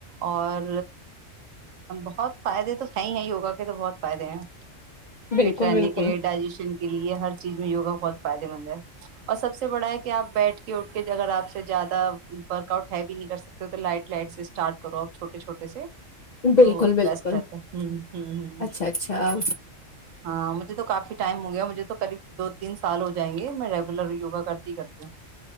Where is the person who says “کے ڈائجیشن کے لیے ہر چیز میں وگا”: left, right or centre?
Right